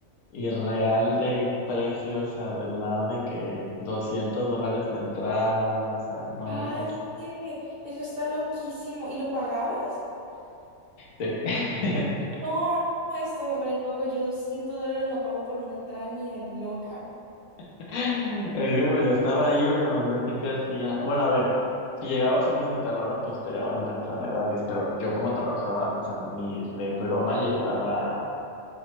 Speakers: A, on the left; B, on the right.
A: irreal de precios, o sea, de la nada de que 200 dólares la entrada, o sea, no,
B: Calle,
A: una cosa.
B: eso está loquísimo. ¿Y lo pagabas?
A: Sí. <laughs>
B: No, esto es re loco. Yo 200 dólares no pago por una entrada ni de loca.
A: Es que pues ya estaba ahí, o sea, imagínate qué hacía. Bueno, a ver, si llegabas antes de tal hora, pues te daban la entrada gratis, pero yo como trabajaba, o sea, ni de broma llegaba